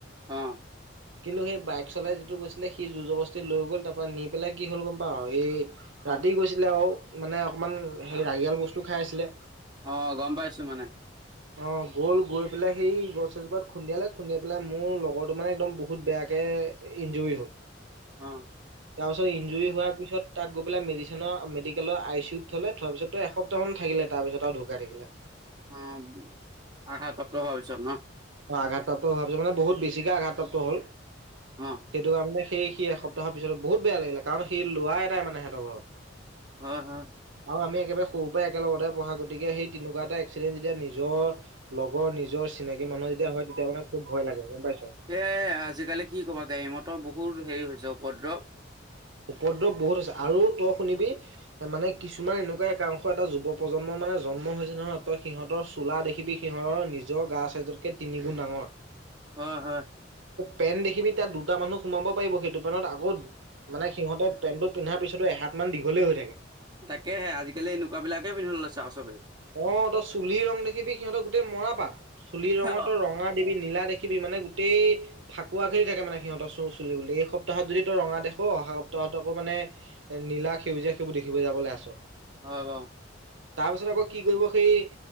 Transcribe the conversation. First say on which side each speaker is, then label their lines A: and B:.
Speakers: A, on the right; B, on the right.
A: অ
B: কিন্তু সেই বাইক চলাই গৈছিলে সি যুঁজৰ বস্তি লৈ গ'ল তাৰ পৰাৰা নি পেলাই কি হ'ল গম পা এই
A: অ
B: ৰাতি গৈছিলে আৰু মানে অকমান সেই ৰাগিয়াল বস্তু খাই আছিলে
A: অ গম পাইছোঁ মানে
B: অ গ'ল গৈ পেলাই সেই গছ এছজোপাত খুন্দিয়ালে খুন্দিয়াই বলে মোৰ লগৰটো মানে একদম বহুত বেয়াকে ইঞ্জৰিত হ'ল
A: অ
B: তাৰ পিছত ইঞ্জুৰি হোৱাৰ পিছত তাক গৈ পেলাই মেডিচেনৰ মেডিকেলৰ আই চিউ ত থ'লে থোৱাৰ পিছতো এসপ্তাহ মান থাকিলে তাৰ পিছত ঢুকাই থাকিলে
A: অ আঘাত প্ৰাপ্ত হোৱা পাছত নহঁ
B: অ আঘাতপ্ৰাপ্ত হোৱা পাছত মানে বহুত বেছিকে আঘাতপ্ৰাপ্ত হল
A: অ
B: সেইটো কাৰণে সেই সি এসপ্তাহৰ পিছত বহুত বেয়া লাগিলে কাৰণ সেই লৰা এটাই মানে সিহতৰ ঘৰত
A: হয় হয়।
B: আৰু আমি একেবাৰে সৰুৰ পৰাই একেলগতে পঢ়া গতিকে সেই তেনেকুৱা এটা এক্সিডেণ্ট যেতিয়া নিজৰ লগৰ নিজৰ চিনাকী মানুহ যেতিয়া হয় তেতিয়া মানে খুব ভয় লাগে। পাইছ।
A: এ আজিকালি কি কবা গাড়ী মতৰ বহুত হেৰি হৈছে উপদ্ৰৱ
B: উপদ্ৰৱ বহুত হৈছে আৰু তই শুনিবি মানে কিছুমান এনেকুৱা একাংশ এটা যুৱ প্ৰজন্ম মানে জন্ম হৈছে নহয় সিহঁতৰ চোলা দেখিবি সিহঁৰ নিজৰ গা চাইজতকে তিনি গুণ ডাঙৰ
A: উম হয়।
B: পেন দেখিবি তাত দুটা মানুহ সোমাব পাৰিব সেইটো পেনত আকৌ মানে সিহঁতে পেন্টো পিন্ধাৰ পিছতো এহাত মান দীঘলেই হৈ থাকে।
A: তাকেহে আজিকালি এনেকুৱাবিলাকে পিন্ধিব লৈছে আৰু চবেও
B: অ তই চুলি ৰং দেখিবি সিহঁতৰ গোটেই মৰা পাত চুলি ৰঙতো
A: হয়
B: ৰঙা দেখিবি নীলা দেখিবি মানে গোটেই ফাকুৱা খেলি থাকে মানে সিহঁতৰ চুলি বুলি এই সপ্তাহত যদি তই ৰঙা দেখ অহা সপ্তাহত আকৌ মানে নীলা সেউজীয়া সেইবোৰ দেখিবলৈ যাবলৈ আছোঁ।
A: আহ হব
B: তাৰ পিছত আকৌ কি কৰিব সেই